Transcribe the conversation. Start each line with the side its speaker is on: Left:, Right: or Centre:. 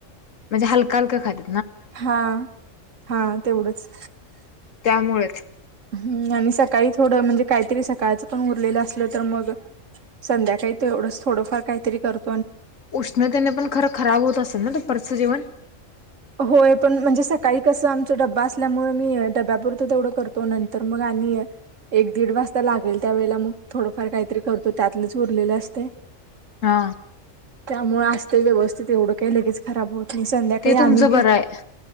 Left: म्हणजे हलका हलका खात
Right: हा हा तेवढंच
Left: त्यामुळेच
Right: हम्म आणि सकाळी थोडं म्हणजे काहीतरी सकाळच पण उरलेलं असलं तर मग संध्याकाळी एवढंच थोडंफार काहीतरी करत
Left: उष्णतेने पण खरं खराब होत असेल ना दुपारचं जेवन
Right: होय पण म्हणजे सकाळी कसं आमचा डबा असल्यामुळे मी डब्यापरत तेवढं करतो नंतर मग आणि एक दीड वाजता लागेल त्यावेेळेला मग थोडंफार काहीतरी करतो त्यातलेच उरलेलं असते
Left: हा
Right: त्यामुळे अस ते व्यवस्थित एवढं काही लगेच खराब होत नाही संध्याकाळी
Left: ते तुमचं
Right: आम्ही
Left: बरं आहे